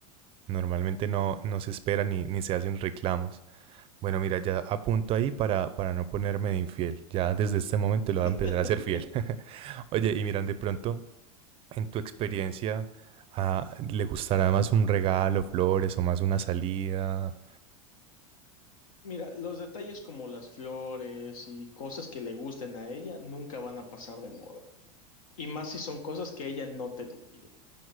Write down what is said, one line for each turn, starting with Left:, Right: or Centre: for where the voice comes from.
Right: normalmente no, no se espera ni, ni se hacen reclamos. Bueno, mira, ya apunto ahí para, para no ponerme de infiel. Ya desde este momento
Left: <laughs>
Right: lo voy a empezar a ser fiel. <laughs> Oye, y miran, de pronto, en tu experiencia, ah, ¿le gustará más un regalo, flores o más una salida?
Left: Mira, los detalles como las flores y cosas que le gusten a ella nunca van a pasar de moda. Y más si son cosas que ella no te lo pide.